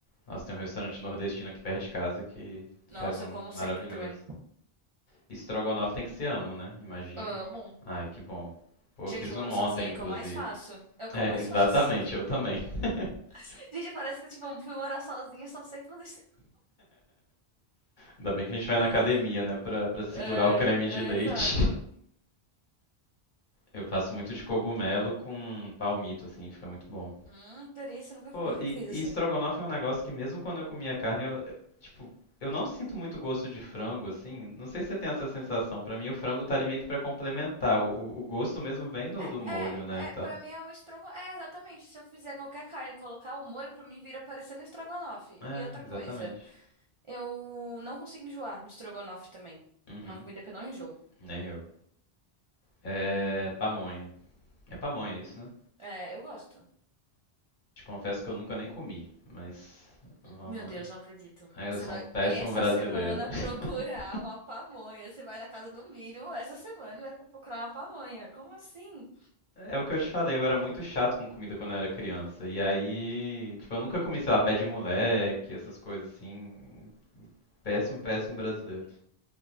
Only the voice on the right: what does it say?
Nossa,
eu como
sempre também.
Amo.
Gente,
eu
moro
sozinha, é
o que eu mais faço. É o que
eu mais
faço.
<laughs> Gente, parece que, tipo, eu fui morar sozinha, só sei fazer isso.
Nossa.
É,
é,
exato.
Hum, delícia, nunca,
nunca
fiz
assim.
É,
é,
é, pra mim é o estrogo... É, exatamente. Se eu fizer qualquer carne, e colocar o molho, pra mim vira parecendo um estrogonofe.
E outra
coisa, eu não consigo enjoar de estrogonofe também.
É uma comida que eu não enjoo.
É, eu gosto.
Meu Deus,
não acredito.
Você
vai
essa
semana
procurar uma pamonha. Você vai na casa do milho essa semana e vai procurar uma pamonha. Como assim?